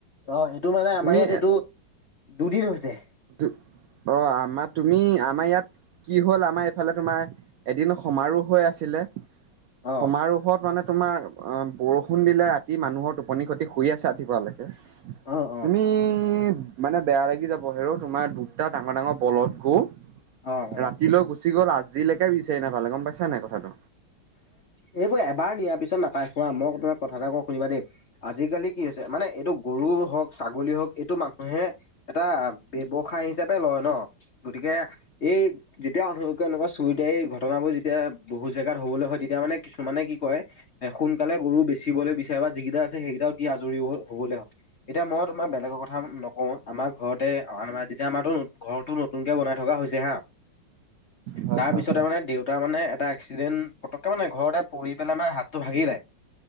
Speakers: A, on the left (about 55°); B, on the right (about 80°).
A: অ' এইটো মানে আমাৰ
B: তুমি
A: ইয়াত এইটো দুদিন হৈছে।
B: দু অ' আমাৰ তুমি আমাৰ ইয়াত কি হ'ল আমাৰ এইফালে তোমাৰ এদিন সমাৰোহ হৈ আছিলে,
A: অ
B: সমাৰোহত মানে তোমাৰ অ' বৰষুণ দিলে ৰাতি মানুহৰ টোপনি ক্ষতি শুই আছে ৰাতিপুৱালে
A: অ অ
B: তুমি মানে বেয়া লাগি যাব, হেৰ' তোমাৰ দুটা ডাঙৰ ডাঙৰ বলধ গৰু
A: অ
B: ৰাতিলৈ
A: অ
B: গুচি গ'ল আজিলৈকে বিচাৰি নাপালে গম পাইছা নাই কথাটো।
A: এইবোৰ এবাৰ নিয়াৰ পিছত নাপাই চোৱা মই তোমাক কথা এটা কওঁ শুনিবা দেই আজিকালি কি হৈছে মানে এইটো গৰু হওঁক ছাগলী হওঁক এইটো মানুহে এটা ব্যৱসায় হিচাপে লয় ন। গতিকে এই যেতিয়া এনেকুৱা চুৰি টাৰী এই ঘটনাবোৰ যেতিয়া বহু জে গাত হ'বলৈ হয় তেতিয়া মানে কিছুমানে কি কয় এ সোনকালে গৰু বেচিবলৈ বিচাৰে বা যিকেইটা আছে সেইকেইটাও দি আজৰি হ'বলৈ হয়। এতিয়া মই তোমাক বেলেগৰ কথা নকওঁ আমাৰ ঘৰতে অ আ যেতিয়া আমাৰো ঘৰতো নতুনকে বনাই থকা হৈছে হা
B: হয়
A: তাৰ
B: হয়
A: পিছতে মানে দেউতা মানে এটা এক্সিডেণ্ট পটককে মানে ঘৰতে পৰি পেলাই মানে হাতটো ভাাগিলে,